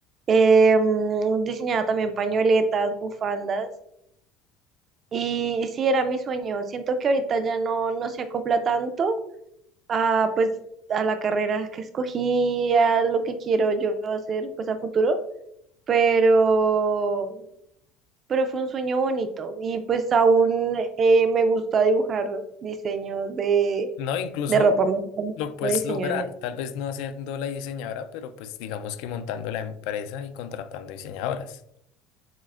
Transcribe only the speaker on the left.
No, incluso
lo puedes
lograr,
tal vez no haciendo la diseñadora, pero pues digamos que montando la empresa y contratando diseñadoras.